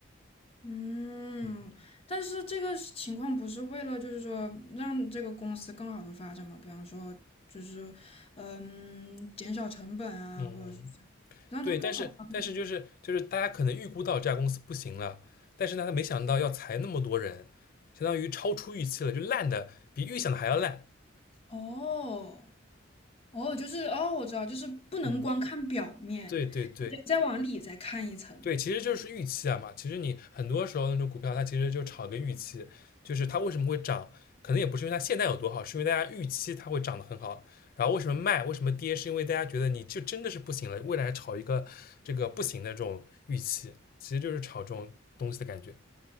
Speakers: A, on the left (about 30°); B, on the left (about 45°).
A: 嗯，
B: 嗯
A: 但是这个是情况不是为了就是说让这个公司更好的发展嘛？比方说就是嗯减少成本啊，
B: 嗯，
A: 或者是这样让它更好发展。
B: 对，但是但是就是就是大家可能预估到这家公司不行了，但是呢，他没想到要裁那么多人，相当于超出预期了，就烂的比预想的还要烂。
A: 哦哦，就是哦，我知道，就是不能光看表面，
B: 嗯，对对对，
A: 得再往里再看一层。
B: 对，其实就是预期啊嘛。其实你很多时候那种股票，它其实就炒个预期，就是它为什么会涨，可能也不是因为它现在有多好，是因为大家预期它会涨得很好。然后为什么卖，为什么跌，是因为大家觉得你就真的是不行了，未来炒一个这个不行的这种预期，其实就是炒这种东西的感觉。